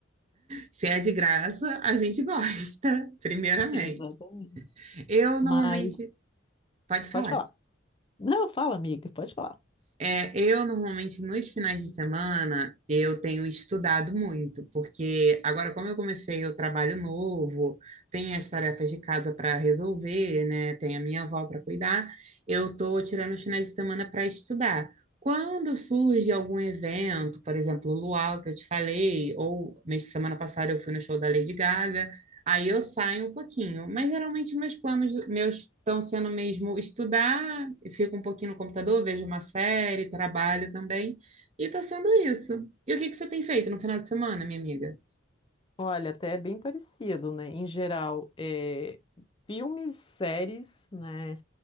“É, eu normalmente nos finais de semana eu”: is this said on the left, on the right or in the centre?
Right